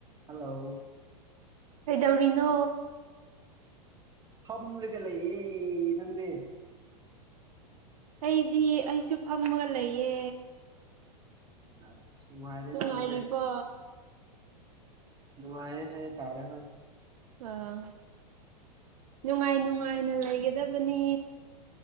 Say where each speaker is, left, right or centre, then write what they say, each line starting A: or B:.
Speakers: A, on the right; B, on the right.
A: ꯍꯜꯂꯣ
B: ꯀꯩꯗꯧꯔꯤꯅꯣ
A: ꯐꯝꯂꯒ ꯂꯩꯌꯦ ꯅꯪꯗꯤ
B: ꯑꯩꯗꯤ ꯑꯩꯁꯨ ꯐꯝꯃꯒ ꯂꯩꯌꯦ
A: ꯑꯁ ꯅꯨꯡꯉꯥꯏꯔꯦꯅ
B: ꯅꯨꯡꯉꯥꯏꯔꯤꯕꯣ
A: ꯑꯗꯨꯗꯤ ꯅꯨꯡꯉꯥꯏꯌꯦ ꯍꯥꯏ ꯇꯥꯔꯦ ꯍꯣꯏ
B: ꯑꯥ ꯅꯨꯡꯉꯥꯏ ꯅꯨꯡꯉꯥꯏꯅ ꯂꯩꯒꯗꯕꯅꯤ